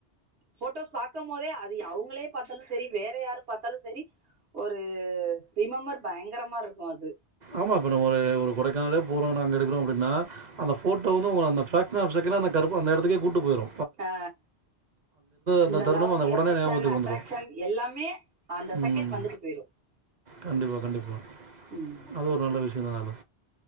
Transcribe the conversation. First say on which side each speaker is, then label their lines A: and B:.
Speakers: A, on the right; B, on the right.
A: போட்டோஸ் பாக்கும்போதே அது அவுங்களே பாத்தாலு சரி வேற யாரு பாத்தாலும் சரி ஒரு ரிமெம்பர் பயங்கரமா இருக்கு அது
B: ஆமா இப்ப நம்ம ஒரு ஒரு கொடைக்கானரே போறோ நாங்க எடுக்குறோ அப்டின்னா அந்த போட்டோ வந்து அந்த பிராக்ஸன் ஆஃப் செகண்ட்ல அந்த கருப்பு அந்த இடத்துக்கே கூட்டு போயிடு
A: அ
B: அந்த
A: இந்த
B: தருணம்
A: லவ்
B: அந்த உடனே
A: எஃபெக்ஷன்
B: ஞாபகத்துக்கு
A: அட்ராக்ஷன்
B: வந்துரும்
A: எல்லாமே அந்த
B: ம்
A: செகண்ட் வந்துட்டு போயிரும்
B: கண்டிப்பா கண்டிப்பா
A: ம்
B: அது ஒரு நல்ல விஷய தான்ல